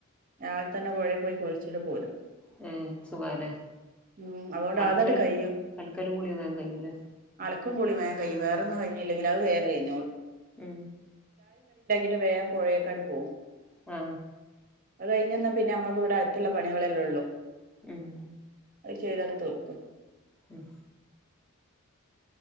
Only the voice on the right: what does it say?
രാവിലെ തന്നെ പുഴേൽ പോയി കുളിച്ചിട്ടൊക്കെ വരും.
ഉം അതുകൊണ്ട്
അതട് കഴിയും
ക്കും കുളീം വേം കഴിയും, വേറൊന്നും കഴിഞ്ഞില്ലെങ്കിലും അത് വേം കഴിഞ്ഞോളും.
ന്നെ വേഗം പുഴേയ്ക് അങ്ങട് പോവും.
അത് കഴിഞ്ഞന്ന പിന്നെ നമ്മുക്ക് ഇവിടെ അകത്ത്ള്ള പണികളെല്ലേ ഉള്ളൂ
അത് ചെയ്തട് തീർക്കും